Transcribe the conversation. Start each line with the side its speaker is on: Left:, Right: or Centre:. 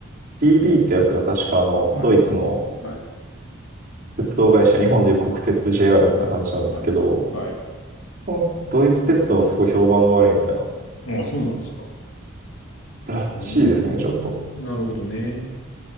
Right: DB ってやつが確かあの、
Left: はい。
Right: ドイツの
Left: はい。
Right: 鉄道会社、日本でいう国鉄 JR みたいな話なんですけど、
Left: はい。はい。はい。
Right: このドイツ鉄道はすごい評判が悪いみたいな、
Left: ああ、そうなんですか。
Right: らしいですね、
Left: うーん、
Right: ちょっと。
Left: なるほどね。